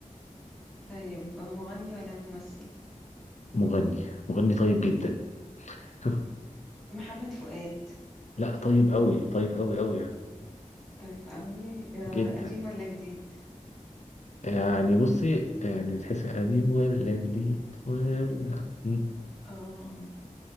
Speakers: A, in the centre; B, on the left (about 60°).
A: طيب آه، مغني ولا ممثل
B: مغني مغني طيب جدا <laughs>
A: محمد فؤاد
B: لا طيب قوي طيب قوي قوي يعني
A: طيب قوي آه،
B: جدا
A: قديم ولا جديد
B: يعني بصي يعني تحس قديم ولا جديد ولا مم.
A: آه.